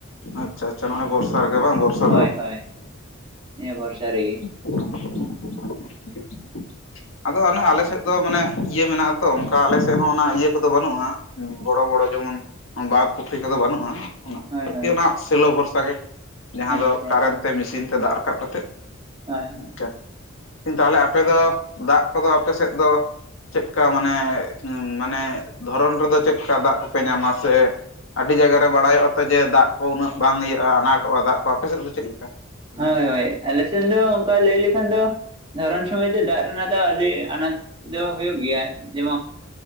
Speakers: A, on the left; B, on the right.
A: ᱟᱪᱪᱷᱟ ᱟᱪᱪᱷᱟ ᱱᱚᱜᱼᱚᱭ ᱵᱚᱨᱥᱟ ᱨᱮᱜᱮ ᱵᱟᱝ ᱵᱚᱨᱥᱟ
B: ᱦᱳᱭ ᱦᱳᱭ ᱱᱤᱭᱟᱹ ᱵᱚᱨᱥᱟ ᱨᱮᱜᱮ
A: <unintelligible> ᱟᱫᱚ ᱚᱱᱮ ᱟᱞᱮᱥᱮᱫ ᱫᱚ ᱢᱟᱱᱮ ᱤᱭᱟᱹ ᱢᱮᱱᱟᱜ ᱟᱛᱚ ᱚᱱᱠᱟ ᱟᱞᱮ ᱥᱮᱫ ᱦᱚᱸ ᱚᱱᱟ ᱤᱭᱟᱹ ᱠᱚᱫᱚ ᱵᱟᱹᱱᱩᱜᱼᱟ ᱵᱚᱲᱚ ᱵᱚᱲᱚ ᱡᱮᱢᱚᱱ ᱵᱟᱸᱫᱷ ᱯᱩᱠᱷᱨᱤ ᱠᱚᱫᱚ ᱵᱟᱹᱱᱩᱜᱼᱟ ᱚᱱᱟ
B: ᱦᱳᱭ
A: ᱟᱨᱠᱤ
B: ᱦᱳᱭ
A: ᱚᱱᱟ ᱥᱮᱞᱳ ᱵᱷᱚᱨᱥᱟ ᱜᱮ ᱡᱟᱦᱟᱸ
B: ᱟᱪᱪᱷᱟ
A: ᱫᱚ ᱠᱟᱨᱮᱱ ᱛᱮ ᱢᱮᱥᱤᱱ ᱛᱮ ᱫᱟᱜ ᱨᱟᱠᱟᱵ ᱠᱟᱛᱮ
B: ᱦᱳᱭ ᱦᱳᱭ
A: ᱟᱪᱪᱷᱟ ᱛᱟᱦᱚᱞᱮ ᱟᱯᱮ ᱫᱚ ᱫᱟᱜ ᱠᱚᱫᱚ ᱟᱯᱮ ᱥᱮᱫ ᱫᱚ ᱪᱮᱫᱠᱟ ᱢᱟᱱᱮ ᱢᱟᱱᱮ ᱫᱷᱚᱨᱚᱱ ᱨᱮᱫᱚ ᱪᱮᱫ ᱞᱮᱠᱟ ᱫᱟᱜ ᱠᱚᱯᱮ ᱧᱟᱢᱟ ᱥᱮ ᱟᱹᱰᱤ ᱡᱟᱭᱜᱟ ᱨᱮ ᱵᱟᱲᱟᱭᱚᱜᱼᱟ ᱛᱚ ᱡᱮ ᱫᱟᱜ ᱠᱚ ᱩᱱᱟᱹᱜ ᱵᱟᱝ ᱤᱭᱟᱹᱜᱼᱟ ᱟᱱᱟᱴᱚᱜᱼᱟ ᱫᱟᱜ ᱠᱚ ᱟᱯᱮᱮᱥᱮᱫ ᱫᱚ ᱪᱮᱫ ᱞᱮᱠᱟ
B: ᱦᱳᱭ ᱦᱳᱭ ᱟᱞᱮᱥᱮᱱ ᱫᱚ ᱚᱱᱠᱟ ᱞᱟᱹᱭ ᱞᱮᱠᱷᱟᱱ ᱫᱚ ᱫᱷᱚᱨᱚᱱ ᱥᱩᱢᱚᱭ ᱫᱚ ᱫᱟᱜ ᱨᱮᱱᱟᱜ ᱫᱚ ᱟᱹᱰᱤ ᱟᱱᱟᱴ ᱫᱚ ᱦᱩᱭᱩᱜ ᱜᱮᱭᱟ ᱡᱮᱢᱚᱱ